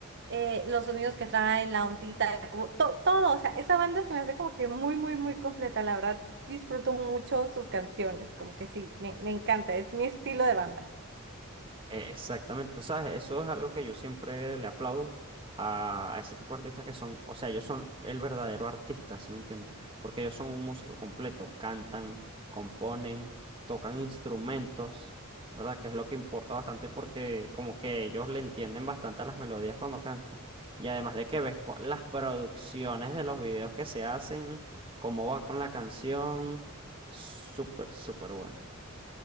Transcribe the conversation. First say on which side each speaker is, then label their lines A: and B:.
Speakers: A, on the right (about 55°); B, on the right (about 25°).
A: eh, los sonidos que traen, la ondita, como to- todo. O sea, esa banda se me hace como que muy, muy, muy completa. La verdad, disfruto mucho sus canciones. Como que sí, me, me encanta. Es mi estilo de banda.
B: Eh, Exactamente, tú sabes, eso es algo que yo siempre le aplaudo a, a ese tipo de artistas que son, o sea, ellos son el verdadero artista, ¿sí me entiendes? Porque ellos son un músico completo, cantan, componen, tocan instrumentos, ¿verdad? Que es lo que importa bastante porque como que ellos le entienden bastante a las melodías cuando cantan. Y además de que ves cu- las producciones de los videos que se hacen, cómo va con la canción, súper, súper buena.